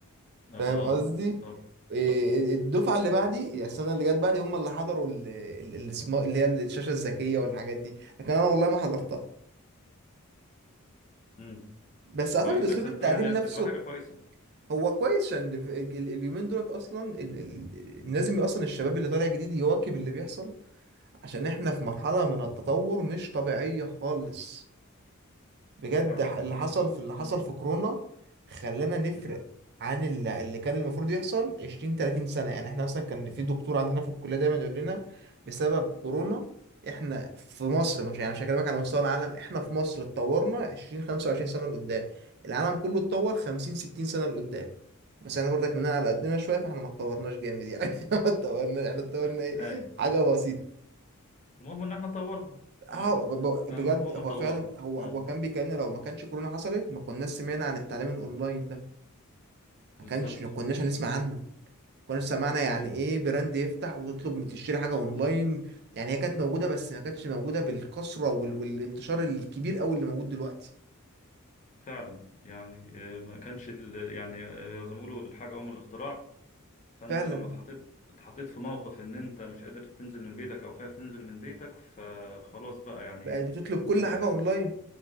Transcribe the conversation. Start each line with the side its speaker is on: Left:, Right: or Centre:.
Right: فاهم
Left: اه
Right: قصدي
Left: طب
Right: إيه،
Left: طب
Right: إيه، الدفعه اللي
Left: طب
Right: بعدي يعني السنه اللي جت بعدي هم اللي حضروا ال- ال- السما- اللي هي الشاشه الذكيه والحاجات دي لكن انا والله ما حضرتها
Left: مم.
Right: بس
Left: طب كويس
Right: اعتقد اسلوب
Left: بس يعني
Right: التعليم نفسه
Left: بتبقى حاجة كويسة
Right: هو كويس عشان
Left: بس كده
Right: ال- ال- اليومين دولت اصلا ال- ال- لازم اصلا الشباب اللي طالع جديد يواكب اللي بيحصل عشان احنا في مرحلة من التطور مش طبيعية خالص بجد
Left: ده فعلا
Right: ح- اللي
Left: صحيح
Right: حصل في اللي حصل
Left: مم.
Right: في كورونا خلانا نفرق
Left: مم.
Right: عن اللي, اللي كان المفروض يحصل 20 30 سنة يعني احنا مثلا كان في دكتور عندنا في الكلية دايما يقول لنا بسبب كورونا احنا في مصر مش يعني مش هكلمك على مستوى العالم احنا في مصر اتطورنا 20 25 سنة لقدام العالم كله اتطور 50 60 سنة لقدام بس احنا برضك مننا على قدنا شوية فاحنا ما اتطورناش جامد يعني <laughs> ما اتطورنا احنا اتطورنا
Left: آه،
Right: ايه
Left: أي
Right: حاجة بسيطة
Left: المهم إن إحنا طورنا يعني
Right: اه ب- ب-
Left: آه،
Right: بجد
Left: المهم
Right: هو
Left: إن طورنا
Right: فعلا هو
Left: مم.
Right: هو كان بيكلمنا لو ما كانش كورونا حصلت ما كناش سمعنا عن التعليم الاونلاين ده
Left: بالظبط
Right: ما كانش ما كناش هنسمع عنه ما كناش سمعنا يعني
Left: هو
Right: ايه براند يفتح وتطلب تشتري حاجه اونلاين يعني هي كانت موجوده بس ما كانتش موجوده بالكثره وال... والانتشار الكبير قوي اللي موجود دلوقتي
Left: فعلا يعني آه، ما كانش ال- يعني آه، زي ما بيقولوا الحاجة أم الاختراع فأنت
Right: فعلا
Left: لما اتحطيت اتحطيت في موقف إن أنت مش قادر تنزل من بيتك أو خايف تنزل من بيتك فخلاص بقى يعني
Right: بقت بتطلب كل
Left: كان
Right: حاجه
Left: الح...
Right: اونلاين